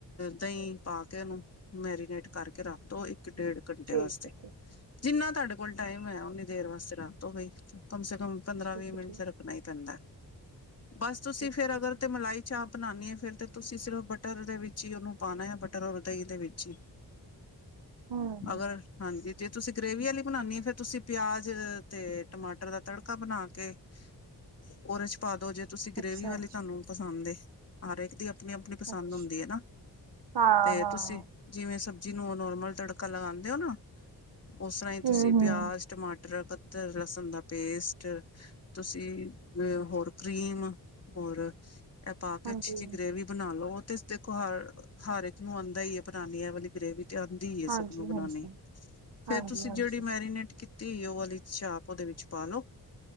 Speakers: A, on the left; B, on the right.
A: ਦਹੀਂ ਪਾ ਕੇ ਉਹਨੂੰ ਮੈਰੀਨੇਟ ਕਰਕੇ ਰੱਖ ਦੋ ਇੱਕ ਡੇਢ ਘੰਟੇ
B: ਠੀਕ
A: ਵਾਸਤੇ
B: ਹੈ ਠੀਕ
A: ਜਿੰਨਾ ਤੁਹਾਡੇ ਕੋਲ ਟਾਈਮ ਹੈ ਉਓਨੀ ਦੇਰ ਵਾਸਤੇ ਰਾਤ ਹੋ ਬਈ ਕਮ ਸੇ ਕਮ ਪੰਦਰਾਂ
B: ਠੀਕ
A: ਵੀਹ ਮਿੰਟ
B: ਹੈ
A: ਚ ਰੱਖਣਾ ਹੀ ਪੈਂਦਾ ਬਸ ਤੁਸੀਂ
B: ਠੀਕ
A: ਫੇਰ
B: ਠੀਕ ਹੈ
A: ਅਗਰ ਤੇ ਮਲਾਈ ਚਾਹ ਬਣਾਉਂਣੀ ਹੈ ਫਿਰ ਤੇ ਤੁਸੀਂ ਸਿਰਫ ਬਟਰ ਦੇ ਵਿੱਚ ਹੀ ਉਹਨੂੰ ਪਾਉਣਾ ਆ ਬਟਰ ਔਰ ਦਹੀਂ ਦੇ ਵਿੱਚ ਹੀ
B: <inaudible> ਹਮ ਹਮ
A: ਅਗਰ ਹਾਂਜੀ ਜੇ ਤੁਸੀਂ ਗ੍ਰੇਵੀ ਵਾਲੀ ਬਣਾਉਣੀ ਹ ਫੇਿਰ ਤੁਸੀਂ ਪਿਆਜ਼ ਅਤੇ ਟਮਾਟਰ ਦਾ ਤੜਕਾ ਬਣਾ ਕੇ ਕੇ ਉਹਦੇ ਚ ਪਾ ਦੋ ਜੇ ਤੁਸੀਂ ਗ੍ਰੇਵੀ
B: ਅੱਛਾ
A: ਵਾਲੀ
B: ਅੱਛਾ
A: ਤੁਹਾਨੂੰ ਪਸੰਦ ਏ ਹਰ ਇੱਕ ਦੀ ਆਪਣੀ ਆਪਣੀ ਪਸੰਦ
B: ਅੱਛਾ
A: ਹੁੰਦੀ ਹੈ ਨਾ
B: ਹਾਂ
A: ਤੇ
B: ਹਾਂ
A: ਤੁਸੀਂ ਜਿਵੇਂ ਸਬਜ਼ੀ ਨੂੰ ਨੋਰਮਲ ਤੜਕਾ ਲਗਾਉਂਦੇ ਹੋ ਨਾ ਉਸ ਤਰ੍ਹਾਂ ਹੀ
B: ਹਮ
A: ਤੁਸੀਂ ਪਿਆਜ
B: ਹਮ
A: ਟਮਾਟਰ ਕਕਤ ਲਸਣ ਦਾ ਪੇਸਟ ਤੁਸੀਂ ਅ ਹੋਰ ਕਰੀਮ ਹੋਰ ਇਹ ਪਾ ਕੇ
B: ਹਾਂਜੀ
A: ਅੱਛੀ ਜਿਹੀ
B: ਹਾਂਜੀ
A: ਗ੍ਰੇਵ ਬਣਾ ਉਹ ਤੇ ਦੇਖੋ ਹਰ ਹਰ ਇੱਕ ਨੂੰ ਆਉਂਦਾ ਹੀਈ ਹੈ ਬਣੀ ਹੈ ਵਾਲੀ ਗ੍ਰੇਵੀ ਆਉਂਦੀ ਹੈ
B: ਹਾਂਜੀ
A: ਸਭ ਨੂੰ ਬਣਾਉਣੀ
B: ਹਾਂਜੀ
A: ਫਿਰ
B: ਹਾਂਜੀ
A: ਤੁਸੀਂ
B: ਹਾਂਜੀ
A: ਜਿਹੜੀ ਮੈਰੀਨੇਟ ਕੀਤੀ ਉਹ ਵਾਲੀ ਚਾਪ ਉਹਦੇ ਵਿੱਚ ਪਾ ਲੋ